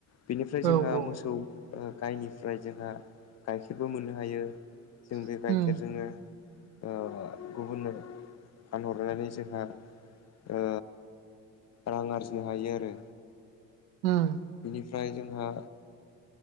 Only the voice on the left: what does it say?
बेनिफ्राय
जोंहा
मोसौ ओ गायनिफ्राय जोंहा गाइखेरबो मोननो हायो। जों बे
गाइखेरजोंनो ओ गुबुननो फानहरनानै जोंहा ओ रां आरजिनो हायो आरो।
बिनिफ्राय जोंहा